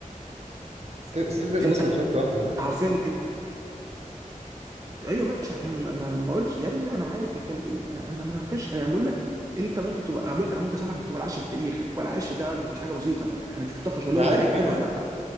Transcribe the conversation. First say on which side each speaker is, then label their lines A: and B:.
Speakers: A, on the right (about 50°); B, on the right (about 25°).
A: ستيف ستيف بيخلص
B: انت
A: ماتشات لوحده
B: عارفين ايوه ماشي عشان ما, ما, ما قلتش يا ابني ما انا عارف كم انا انا مناقش انا بقول لك انت ممكن تبقى اقول لك انا ممكن اسامحك انك تبقى العاشر في التاريخ تبقى العاشر ده مش حاجه بسيطه انا انا مش بتناقش هل
A: انا
B: هو
A: عارف
B: لعيب
A: انا
B: حلو
A: عارف.
B: ولا لا